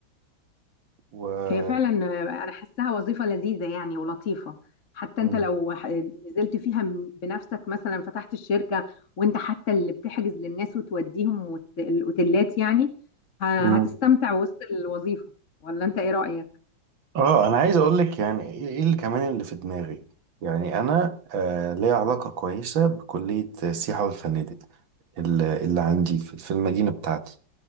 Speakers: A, on the right; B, on the left.
A: و
B: هي فعلا انا حاساها وظيفه لذيذه يعني ولطيفه حتى
A: مم.
B: انت لو ح- نزلت فيها م- بنفسك مثلا فتحت الشركه وانت حتى اللي بتحجز للناس وتوديهم وت- الاوتيلات يعني ه-
A: مم.
B: هتستمتع وسط الوظيفه ولا انت ايه رايك
A: اه أنا عايز أقول لك يعني إيه إيه اللي كمان اللي في دماغي يعني أنا آه ليا علاقة كويسة بكلية السياحة والفنادق اللي اللي عندي في في المدينة بتاعتي